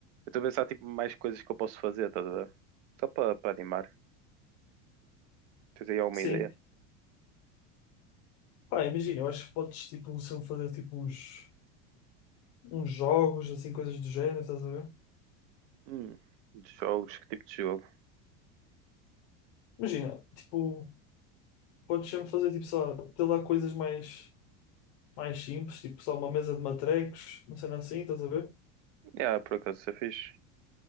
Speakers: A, on the right; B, on the left.
A: Eu estou a pensar, tipo, mais coisas que eu posso fazer, estás a ver? Só para animar. Tens aí alguma
B: Sim.
A: ideia?
B: Pá, imagina, eu acho que podes, tipo, sempre fazer, tipo, uns, uns jogos, assim, coisas do género, estás a ver?
A: Hum, de jogos, que tipo de jogo?
B: Imagina, tipo, podes sempre fazer, tipo, só ter lá coisas mais, mais simples, tipo, só uma mesa de matrecos, uma cena assim, estás a ver?
A: Ah, por acaso, isso é fixe.